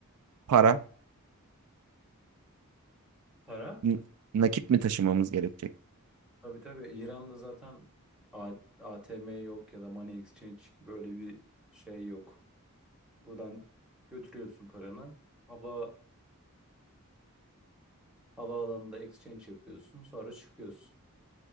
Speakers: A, on the right (about 85°); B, in the centre.
A: Para.
B: Para?
A: N- Nakit mi taşımamız gerekecek?
B: Tabii tabii İran'da zaten A- ATM yok ya da money exchange gibi öyle bir şey yok. Buradan götürüyorsun paranı. Hava Havaalanında exchange yapıyorsun, sonra çıkıyorsun.